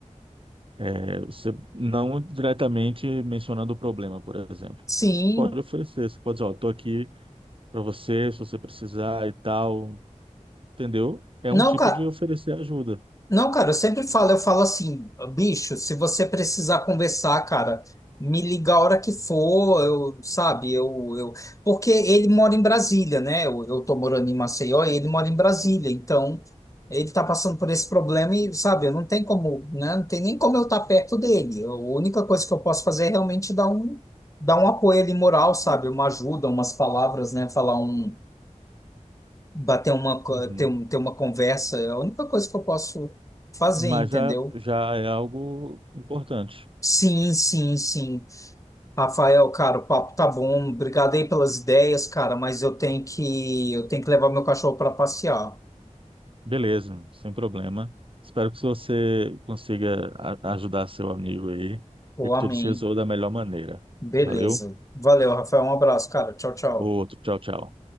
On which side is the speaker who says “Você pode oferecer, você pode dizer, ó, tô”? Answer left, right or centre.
Right